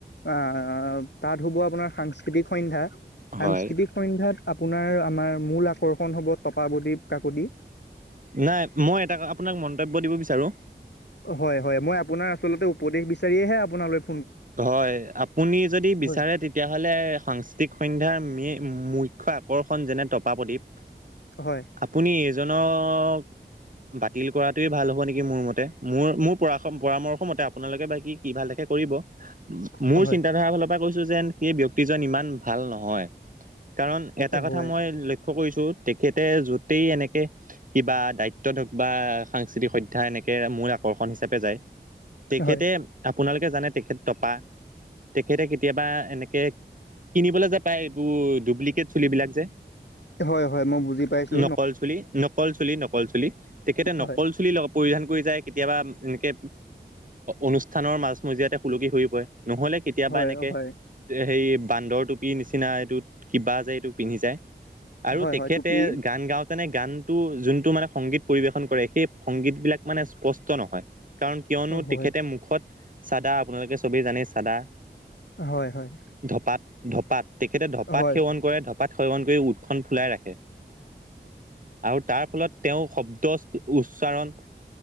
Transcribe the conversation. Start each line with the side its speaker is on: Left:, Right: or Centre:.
Left: অ তাত হ'ব আপোনাৰ সাংস্কৃতিক সন্ধ্যা- সাংস্কৃতিক
Right: হয়।
Left: সন্ধ্যাত আপোনাৰ আমাৰ মূল আকৰ্ষণ হব টকাৱদী কাকতি-
Right: নাই মই এটা আপোনাক মন্তব্য দিব বিচাৰো।
Left: হয় হয় মই আপোনাৰ আচলতে উপদেশ বিচাৰিয়েহে আপোনালোক-
Right: হয় আপুনি যদি বিচাৰে
Left: হয়
Right: তেতিয়াহ'লে সাংস্কৃতিক সন্ধ্যাৰ ম- মু্ আকৰ্ষণ যেনে তপ প্ৰদীপ
Left: হয়
Right: আপুনি এজনক বাতিল কৰাটোৱে ভাল হ'ব নেকি মোৰ মতে মোৰ মোৰ পৰা পৰামৰ্শ মতে আপোনালোকে বাকী কি ভাল থাকে কৰিব। মোৰ
Left: হয়
Right: চিন্তাধাৰা ফালৰ পৰা কৈছো যেন সেই ব্যক্তিজন ইমান ভাল নহয়। কাৰণ এটা
Left: হয়
Right: কথা মই লক্ষ্য় কৰিছো তেখেতে যতেই এনেকে- কিবা দায়িত্ব হওঁক বা সাংস্কৃতিক সধ্যা এনেকে মোল আকৰ্ষণ হিচাপে যায়। তেখেতে
Left: হয়
Right: আপোনালোকে জানে তেখেত টপা তেখেতে কেতিয়াবা এনেকে কিনিব। কিনিবলে যে পায় এইবোৰ ডুপ্লিকেট চুলিবিলাক যে।
Left: হয় হয় মই বুজি পাইছো
Right: নকল চুলি নকল চুলি ন নকল চুলি তেখেতে
Left: হয়
Right: নকল চুলি পৰিধান কৰি যায় কেতিয়াবা এনেকে। অনুষ্ঠানৰ মাজমজিয়াতে হূলুকি হৰি পৰে নহ'লে কেতিয়াবা
Left: হয়
Right: এনেকে
Left: হয়
Right: হেৰি বান্দৰ টুপিৰ নিচিনা এইটোত কিবা যো এইটো পিন্ধি যায় আৰু
Left: হয়
Right: তেখেতে
Left: হয় টুপি
Right: গান গাওঁতেনে গান যোনটো মানে সংগীত পৰিবেশন কৰে সেই সংগীত বিলাক মানে স্পষ্ট নহয় কাৰণ কিয়নো
Left: হয় হয়
Right: তেখেতে মুখত চাদা আপোনালোকে চবেই জানেই চাদা
Left: হয় হয়
Right: ধপাত ধপাত তেখেতে ধপাত
Left: হয়
Right: সেৱন কৰে ধপাত। পাত সৱন কৰি উঠখন ফুলাই ৰাখে আৰু তাৰ ফলত তেওঁ শব্দচ, উচ্চাৰণ